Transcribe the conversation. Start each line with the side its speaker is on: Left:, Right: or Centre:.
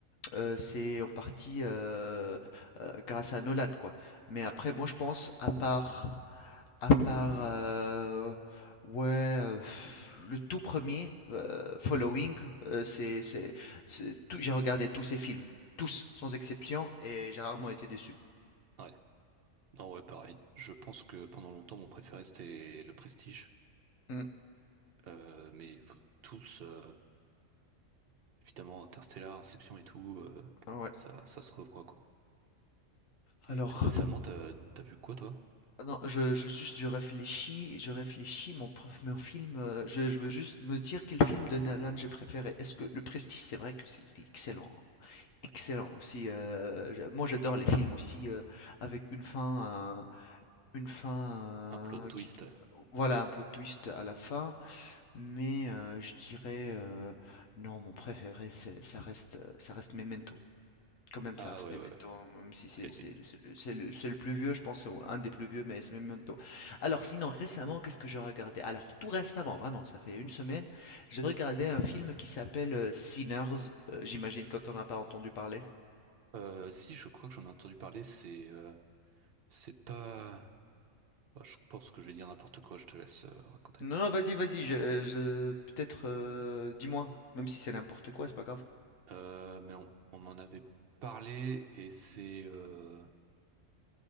Left: euh, c'est en partie euh, euh, grâce à Nolan, quoi. Mais
Right: Ouais,
Left: après, moi, je pense à part à part euh, ouais euh, pff, le tout premier euh, Following, euh, c'est c'est c'est tout. J'ai regardé tous ces films, tous sans exception, et j'ai rarement été déçu.
Right: ouais. Non, ouais, pareil. Je pense que pendant longtemps, mon préféré, c'était Le Prestige.
Left: Mm,
Right: Euh, mais pff, tous, euh, évidemment, Interstellar, Inception et tout, euh,
Left: ouais.
Right: ça, ça se revoit, quoi. Et
Left: Alors.
Right: t- récemment, t'as, t'as vu quoi, toi?
Left: Ah Non, je, je juste je réfléchis, je réfléchis mon, prof- mon film. euh, je, je veux juste me dire quel film de Nolan j'ai préféré. Est-ce que Le Prestige, c'est vrai que c'est il est excellent, hein. excellent
Right: Ouais,
Left: aussi. euh, j'a- moi, j'adore les films aussi euh, avec une fin, euh, une fin
Right: Un plot twist.
Left: euh, qui, qui- voilà un plot twist à la fin. Mais euh, je dirais euh, non, mon préféré, c'est- ça reste, euh, ça reste Memento. Quand même,
Right: Ah
Left: ça reste
Right: ouais,
Left: Memento,
Right: ouais,
Left: hein, même si c'est
Right: ouais.
Left: c'est le c'est le c'est le c'est le plus vieux, je pense, c'est un des plus vieux, mais c'est Memento. Alors sinon, récemment, qu'est-ce que j'ai regardé? Alors tout récemment, vraiment, ça fait une semaine, j'ai regardé un film qui s'appelle, heu, Sinners, heu, j'imagine que tu en as pas entendu parler?
Right: euh, si, je crois que j'en ai entendu parler, c'est euh, c'est pas... Ah, je pense que je vais dire n'importe quoi, je te laisse euh, raconter.
Left: Non, non, vas-y, vas-y, je je peut-être, heu, dis-moi, même si c'est n'importe quoi, c'est pas grave.
Right: Euh, mais on, on m'en avait parlé et c'est... euh,